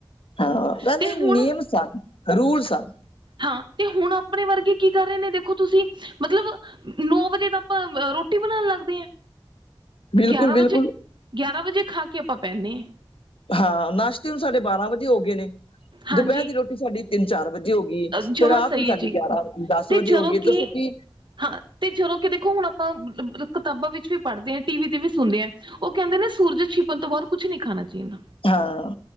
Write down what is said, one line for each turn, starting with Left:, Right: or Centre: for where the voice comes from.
Left: ਹਾਂ, ਪਹਿਲੇ
Right: ਤੇ ਹੁਣ
Left: ਨਿਯਮ ਸਨ ਰੂਲ ਸਨ।
Right: ਹਾਂ ਤੇ ਹੁਣ ਆਪਣੇ ਵਰਗੇ ਕੀ ਕਰ ਰਹੇ ਨੇ ਦੇਖੋ ਤੁਸੀਂ, ਮਤਲਬ ਨੌ ਵਜੇ ਤਾਂ ਆਪਾਂ ਰੋ ਟੀ ਬਣਾਣ ਲੱਗਦੇ ਆ।
Left: ਬਿਲਕੁਲ
Right: ਗਿਆਰਾਂ ਵਜੇ,
Left: ਬਿਲਕੁਲ
Right: ਗਿਆਰਾਂ ਵਜੇ ਖਾ ਕੇ ਆਪਾਂ ਪੈਂਨੇ ਏ।
Left: ਹਾਂ, ਨਾਸ਼ਤੇ ਹੁਣ ਸਾਡੇ ਬਾਰਾਂ ਵਜੇ ਹੋ ਗਏ ਨੇ,
Right: ਹਾਂਜੀ
Left: ਦੁਪਹਿਰ ਦੀ ਰੋਟੀ ਸਾਡੀ ਤਿੰਨ ਚਾਰ ਵਜੇ ਹੋ ਗਈ ਏ।
Right: ਜਮਾਂ
Left: ਤੇ ਰਾਤ
Right: ਸਹੀ
Left: ਲਈ ਸਾਡੀ
Right: ਹੈ ਜੀ
Left: ਗਿਆਰਾਂ- ਦਸ
Right: ਤੇ
Left: ਵਜੇ
Right: ਜਦੋਂ
Left: ਹੋ ਗਈ ਏ,
Right: ਕਿ
Left: ਦੱਸੋ ਕੀ
Right: ਹਾਂ ਤੇ ਜਦੋਂ ਕਿ ਦੇਖੋ ਹੁਣ ਆਪਾਂ, ਕਿਤਾਬਾਂ ਵਿੱਚ ਵੀ ਪੜ੍ਹਦੇ ਆ, ਟੀ ਵੀ ਤੇ ਵੀ ਸੁਣਦੇ ਐ ਉਹ ਕਹਿੰਦੇ ਨਾ ਸੂਰਜ ਛਿਪਣ ਤੋਂ ਬਾਅਦ ਕੁਛ ਨਹੀਂ ਖਾਣਾ ਚਾਹੀਦਾ।
Left: ਹਾਂ।